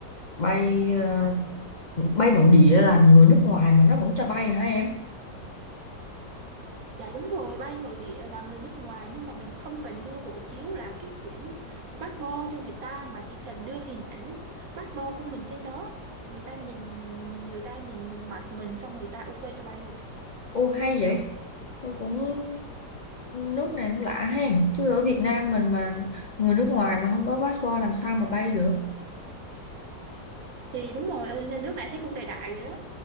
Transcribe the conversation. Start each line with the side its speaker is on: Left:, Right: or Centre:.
Left: bay ờ, bay nội địa là người nước ngoài mà nó vẫn cho bay hả em
Right: dạ đúng rồi bay nội địa là người nước ngoài nhưng mà mình không cần đưa hộ chiếu là cái quyển passport cho người ta mà chỉ cần đưa hình ảnh passport của mình trên đó người ta nhìn người ta nhìn mặt mình xong rồi người ta ok cho bay rồi
Left: ô hay vậy tôi cũng nước này cũng lạ hen chứ ở Việt Nam mình mà người nước ngoài mà không có passport làm sao mà bay được
Right: thì đúng rồi ở nước này thấy cũng đại đại rồi đó